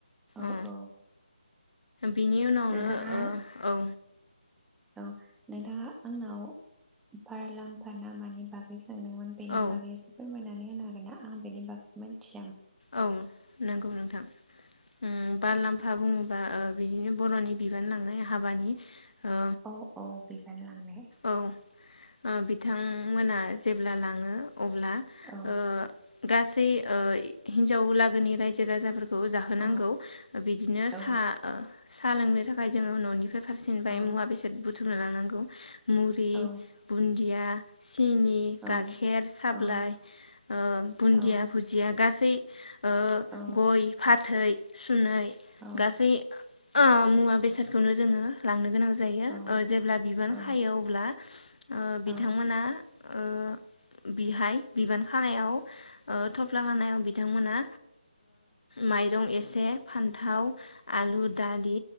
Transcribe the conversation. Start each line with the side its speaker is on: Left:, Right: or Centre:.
Centre: औ
Left: ओ
Centre: औ
Left: बिनि उनावनो
Centre: नोंथाङा
Left: ओ औ
Centre: औ नोंथाङा आंनाव फारलाम्फा ना मानि बागै सोंदोंमोन बेनि
Left: औ
Centre: बागैसे फोरमायना नै हागोन आं बेनि बै मोनथि
Left: औ नंगौ नोंथां उम बारलाम्फा बुङोबा ओ बिदिनो बर'नि बिबान लांनाय हाबानि ओ
Centre: अ अ बिबान लांबाय
Left: औ ओ बिथांमोना जेब्ला लाङो अब्ला
Centre: औ
Left: ओ गासै ओ हिनजाव लागोनि रायजो राजाफोर खौ जाहोनांगौ
Centre: औ
Left: बिदिनो
Centre: औ
Left: सा साहा लोंनो थाखाय जोङो न'नि फोर फारसिनबाय
Centre: औ
Left: मुवा बेसाद बुथु ना लानांगौ मुरि
Centre: औ
Left: बुन्दिया सिनि
Centre: औ
Left: गाइखेर साबलाइ
Centre: औ
Left: ओ बुन्दिया
Centre: नंगौ
Left: भुदिया जै ओ
Centre: औ
Left: गय फाथै सुनानै
Centre: औ
Left: गासै मुवा बेसादखौनो जोङो लांनो गोनां जायो
Centre: औ
Left: जेब्ला बिबान
Centre: औ
Left: खायो अब्ला ओ बिथांमोना
Centre: उम
Left: ओ बिहाय बिबान खानायाव ओ हानायाव बिथांमोना माइरं एसे फान्थाव आलु दालि